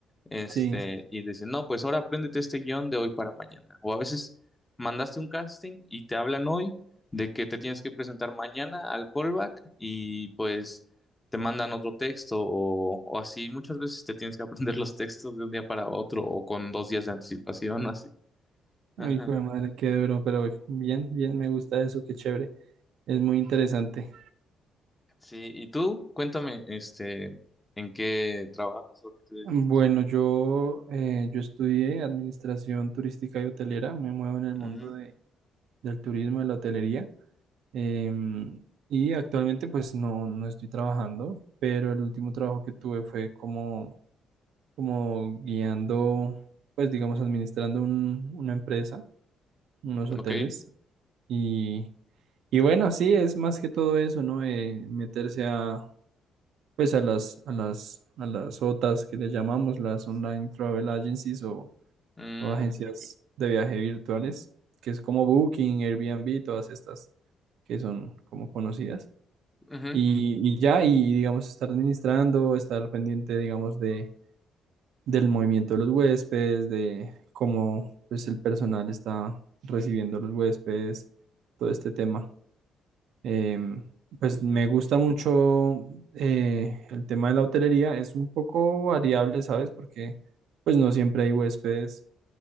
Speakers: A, on the left; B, on the right.
A: Este,
B: sí.
A: y dicen, no, pues ahora apréndete este guión de hoy para mañana. O a veces mandaste un casting y te hablan hoy de que te tienes que presentar mañana al callback y pues te mandan otro texto o, o así. Muchas veces te tienes que aprender <laughs> los textos de un día para otro o con dos días de anticipación, así. Ajá.
B: Ay, hijo de madre, qué duro, pero bien, bien, me gusta eso, qué chévere, es muy interesante.
A: Sí, y tú, cuéntame, este, ¿en qué trabajas o a qué te dedicas?
B: Bueno, yo, eh, yo estudié administración turística y hotelera, me muevo en el mundo
A: Mm,
B: de del turismo, de la hotelería. Em, y actualmente pues no, no estoy trabajando, pero el último trabajo que tuve fue como, como guiando, pues digamos, administrando un- una empresa, unos hoteles.
A: ok.
B: Y, y bueno, sí, es más que todo eso, ¿no? Eh, meterse a, pues a las, a las, a las OTAs que le llamamos, las Online Travel Agencies o
A: Mm,
B: o agencias
A: ok, ok.
B: de viaje virtuales, que es como Booking, Airbnb, todas estas que son como conocidas.
A: Ujú,
B: Y, y ya, y digamos, estar administrando, estar pendiente, digamos, de, del movimiento de los huéspedes, de cómo pues, el personal está recibiendo a los huéspedes, todo este tema. Em, pues me gusta mucho eh, el tema de la hotelería, es un poco variable, ¿sabes? Porque pues no siempre hay huéspedes